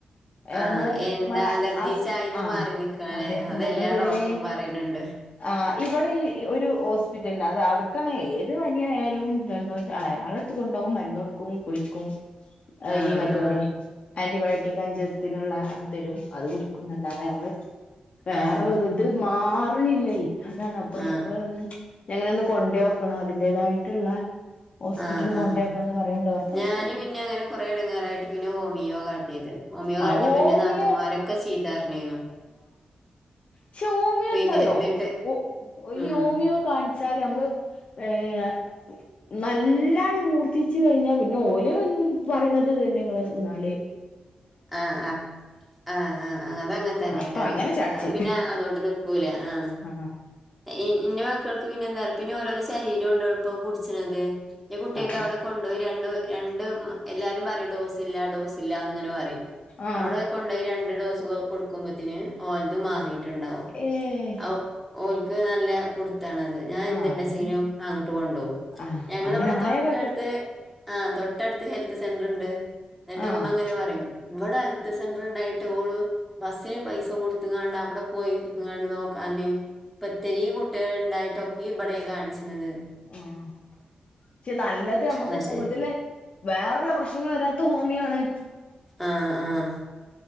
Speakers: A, in the centre; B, on the left (about 55°).
A: ആഹ്
B: നമ്മള്
A: എന്താ
B: മ
A: അലർജി
B: അസ്
A: ചായിന്ന്
B: ആഹ്
A: മാറി നിക്കാല്ലേ
B: അതെ
A: അതെല്ലാ
B: ഞങ്ങളിതുവരെ
A: ഡോക്ടറും പറയണെണ്ട്.
B: ആഹ് ഇവടെ ഈ ഒരു ഹോസ്പിറ്റൽലാ അത് അവ്ട്ക്കാണ് ഏത് പനായാലും രണ്ടോ അ അയാളട്‌ത്ത് കൊണ്ടോകും മരുന്നൊടുക്കും കുടിക്കും. അയ്യ്
A: ആ
B: മറ്റേ
A: ആ
B: ആന്റിബയോട്ടിക് അഞ്ചീസ്ത്ത്ന്ള്ള അത് തലും. അത് കുടിക്കുംന്നല്ലാതെ അമ്മള് വേറള്ളത്
A: ആ
B: ത് മാറ്ണി പിന്നെ അതാണ് അപ്പൊ
A: ആഹ്
B: ഞമ്മൾ ഒന്ന് എങ്ങന ഒന്ന് കൊണ്ടയോക്കണം അതിന്റേതായിട്ടുള്ള. ഹോസ്പിറ്റലിൽ
A: ആഹ്
B: കൊണ്ടേക്കണംന്ന്
A: ആഹ്
B: പറയ്ണ്ട് ഭർത്താവ്
A: ഞാന്
B: പറ്ഞ്ഞു
A: പിന്നെ അങ്ങനെ കൊറേ എടങ്ങേറായിട്ട് പിന്നെ ഹോമിയോ കാട്ടീത് ഹോമിയോ
B: ആ
A: കാട്ടിയപ്പോ
B: ഓമിയോ
A: ഇന്റെ നാത്തൂമാരൊക്കെ ചീത്ത പർഞ്ഞീനു.
B: ക്ഷൊ ഓമിയൊ
A: പിന്നെ
B: ന്താറിയോ.
A: എന്നിട്ട്
B: ഒ ഇയ്യോമിയോ
A: ഉം
B: കാണിച്ചാല് നമ്മള് ഏഹ് നല്ല ണ് മൂർത്തിച്ചു കഴിഞ്ഞാ പിന്നെ ഓല്‌ പറിണത് ഇതന്നെ ങ്ങള് ന്നാല്.
A: ആഹ് അഹ് ആഹ് ആഹ് ആഹ് അതങ്ങൻതന്നേ
B: അപ്പൊ
A: മിക്കാറും
B: അങ്ങനെ ചാടിച്ച്
A: അത് പിന്നെ അതോണ്ട് നി കൂലെ ആഹ്
B: ആഹ്.
A: ഇ ഇന്റെ മക്കൾക്ക് പിന്നന്താ റിയോ പിന്നെ ഓരോരോ ശരീരോണ്ട് എൾപ്പം കുടിച്ചിണത്. ഞ്ഞ് കുട്ട്യാക്ക്
B: അതെ
A: അവിടെ കൊണ്ടോയ് രണ്ട് രണ്ട് മ് എല്ലാരും പറയും ഡോസ് ഇല്ല ഡോസ് ഇല്ലന്ന് ഇങ്ങനെ പറയും
B: ആഹ്
A: അവിടെ കൊണ്ടോയി രണ്ട് ഡോസ് കൊ കൊടുക്കുമ്പോത്തിന് ഓലത് മാറീട്ടിണ്ടാവും
B: ഏഹ്
A: ഔ ഓൽക്ക് നല്ല പുട്. ത്താണത് ഞാൻ എന്ത്ണ്ടാ
B: ആഹ് എന്നാ
A: ച്ചേനും
B: പിന്നെ
A: അങ്ങട്ട് കൊണ്ടോകും
B: ആഹ്
A: ഞങ്ങളവിടെ
B: അങ്ങനെ ആയാ
A: തൊട്ടടുത്ത്.
B: കൊഴപ്പല്ല
A: ആഹ് തൊട്ടട്ത്ത് ഹെൽത്ത് സെന്ററ് ഇണ്ട് ഇന്ന്ട്ട്
B: ആഹ്
A: ഇമ്മങ്ങനെ പറിം ഇവടെ ത്ത് സെന്റർണ്ടായിട്ട് ഓള് ബസ്സിന് പൈസ കൊടുത്ങ്ങാണ്ട് അവിടെ പോയി ങ്ങാണ്ട് നോക്കാന് ഇപ്പ ഇത്തിരിയും കുട്ടികൾ ഇണ്ടായിട്ടൊക്കെ ഈ ഇബെടെ കാണിച്ണത്.
B: ആഹ്. ക്ഷെ നല്ലത് നമ്മുക്ക്
A: പക്ഷെ
B: കൂടുതൽ വേറെള്ള പ്രശ്നങ്ങള് വെരാത്ത് ഹോമിയാേണ്
A: ആഹ് ആഹ്